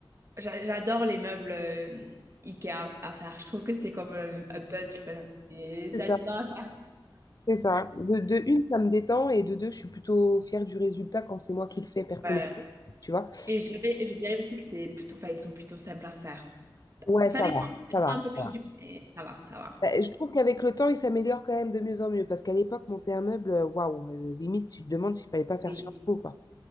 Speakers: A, on the right (about 35°); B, on the left (about 45°).
A: J'a- J'adore les meubles euh, IKEA à faire. Je trouve que c'est comme un, un puzzle. Enfin, c'est
B: C'est
A: c'est
B: ça.
A: amusant à faire.
B: C'est ça. De, de une, ça me détend, et de deux, je suis plutôt fière du résultat quand c'est moi qui le fais personnellement.
A: Ouais.
B: Tu vois?
A: Et je dirais, je dirais aussi que c'est plutôt, enfin, ils sont plutôt simples à faire.
B: Ouais,
A: Ça
B: ça
A: dépend.
B: va, ça
A: Il y
B: va,
A: en a Un peu plus
B: ça va.
A: dur, mais ça va, ça va.
B: Bah, je trouve qu'avec le temps, il s'améliore quand même de mieux en mieux. Parce qu'à l'époque, monter un meuble, euh, waouh, euh, limite, tu te demandes s'il fallait pas faire
A: Oui,
B: Sciences Po, quoi.